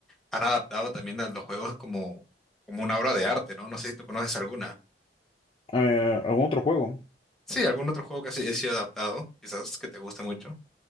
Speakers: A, in the centre; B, on the left (about 30°).
A: han adaptado también a los juegos como, como una obra de arte, ¿no? No sé si tú conoces alguna.
B: Eh, ¿algún otro juego?
A: Sí, algún otro juego que ha si- sido adaptado, quizás que te guste mucho.